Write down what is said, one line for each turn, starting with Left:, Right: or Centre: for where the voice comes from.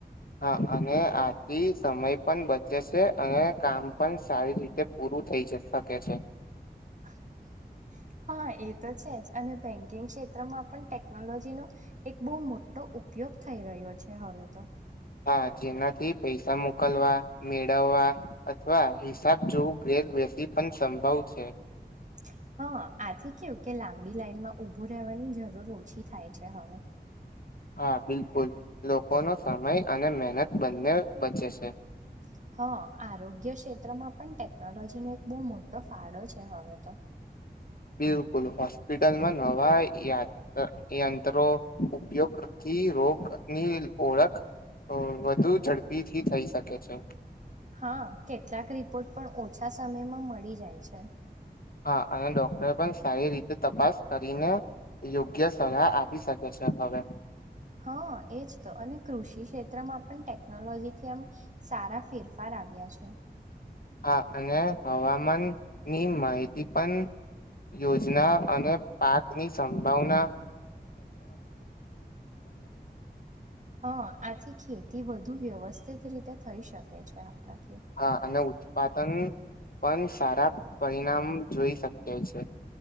Left: હા અને આથી સમય પણ બચે છે અને કામ પણ સારી રીતે પૂરું થઇ જ શકે છે.
Right: <inaudible> હા એ તો છે જ, અને બેંકિંગ ક્ષેત્રમાં પણ ટેકનોલોજીનો એક બહુ મોટો ઉપ ઉપયોગ થઈ રહ્યો છે હવે તો.
Left: હા જેનાથી પૈસા મોકલવા, મેળવવા અથવા હિસાબ જોવું ઘેર બેસી પણ સંભવ છે.
Right: <inaudible> હા આથી કેવું કે લાંબી લાઈનમાં ઊભું રહેવાની જરૂર ઓછી થાય છે હવે.
Left: હા બિલકુલ. લોકોનો સમય અને મહેનત બંને બચે છે.
Right: <inaudible> હા, આરોગ્ય ક્ષેત્રમાં પણ ટેકનોલોજીનો એક બહુ મોટો ફાળો છે હવે તો. <inaudible>
Left: બિલકુલ. હોસ્પિટલ મ નવા યા અ યંત્રો ઉપયોગથી રોગની ઓળખ અ વધુ ઝડપીથી થઈ શકે છે.
Right: હા, કેટલાક રિપોર્ટ તો ઓછા સમયમાં મળી જાય છે.
Left: હા અને ડોક્ટરે પણ સારી રીતે તપાસ કરીને યોગ્ય સલાહ આપી શકે છે, હવે.
Right: હા એજ તો અને કૃષિ ક્ષેત્રમાં પણ ટેકનોલોજી થી આમ સારા ફેરફાર. આવ્યા છે.
Left: હા અને હવામાન ની માહિતી પણ. યોજના અને પાકની સંભા
Right: હા આ છે, <unintelligible> થી વધુ વ્યવસ્થિત રીતે થઈ શકે છે. આપણાથી
Left: હા અને ઉત્પાદન પણ સારા. પરિણામ જોઈ <unintelligible> છે.